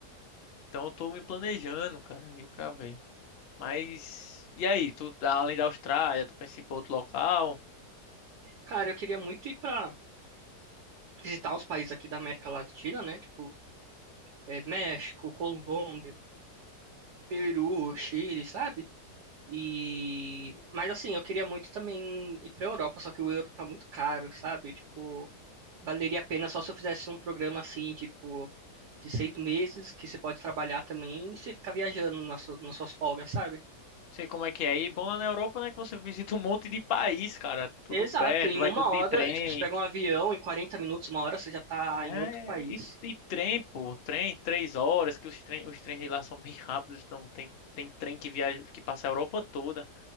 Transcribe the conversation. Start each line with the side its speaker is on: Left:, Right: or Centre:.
Left: Então eu tô me planejando, cara, ir pra ver. Mas, e aí? Tu, além da Austrália, tu pensa em ir pra outro local?
Right: Cara, eu queria muito ir pra visitar os países aqui da América Latina, né? Tipo, é, México, Colômbia, Peru, Chile, sabe? E... Mas assim, eu queria muito também ir pra Europa, só que o euro tá muito caro, sabe? Tipo, valeria a pena só se eu fizesse um programa assim, tipo, de seis meses, que você pode trabalhar também e você ficar viajando nas su- nas suas folgas, sabe?
Left: Não sei como é que é aí. Bom lá na Europa, né? Que você visita um monte de país, cara. Tudo
Right: Exato,
Left: perto,
Right: em
Left: vai
Right: uma
Left: tudo de
Right: hora,
Left: trem.
Right: tipo, você pega um avião, em 40 minutos, uma hora, você já tá
Left: É,
Right: em outro país.
Left: e, e trem, pô. Trem, três horas, que os, trem, os trens de lá são bem <laughs> rápidos. Então tem, tem trem que viaja, que passa a Europa toda.